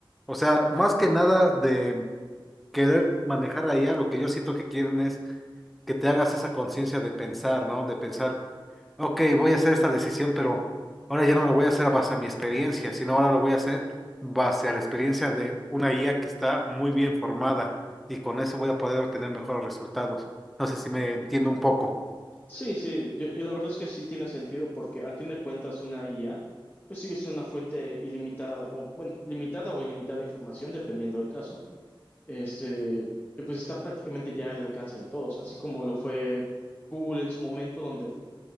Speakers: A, in the centre; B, on the left.
A: o sea, más que nada de querer manejar la IA, lo que yo siento que quieren es que te hagas esa conciencia de pensar, ¿no? De pensar, ok, voy a hacer esta decisión, pero ahora ya no lo voy a hacer a base a mi experiencia, sino ahora lo voy a hacer base a la experiencia de una IA que está muy bien formada y con eso voy a poder obtener mejores resultados. No sé si me entiendo un poco.
B: Sí, sí, yo, yo la verdad es que sí tiene sentido porque al fin de cuentas una IA pues sigue siendo una fuente ilimitada o bueno, limitada o ilimitada de información dependiendo del caso este, de- que pues está prácticamente ya al alcance de todos, así como lo fue Google en su momento, donde